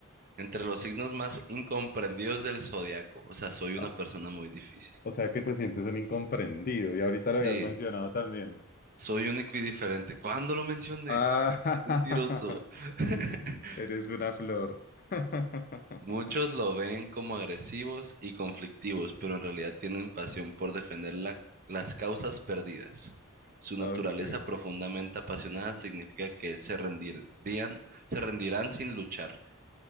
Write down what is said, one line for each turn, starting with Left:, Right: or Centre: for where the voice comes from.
Right: Entre los signos más incomprendidos del zodiaco. O sea, soy
Left: Ah.
Right: una persona muy difícil.
Left: O sea que te sientes un incomprendido y ahorita
Right: Sí,
Left: lo habías mencionado también.
Right: soy único y diferente. ¿Cuándo lo mencioné?
Left: Ah,
Right: Mentiroso.
Left: <laughs>
Right: <laughs>
Left: eres una flor. <laughs>
Right: Muchos lo ven como agresivos y conflictivos, pero en realidad tienen pasión por defender la- las causas perdidas. Su naturaleza
Left: Ok,
Right: profundamente apasionada significa que se rendirían, se rendirán sin luchar.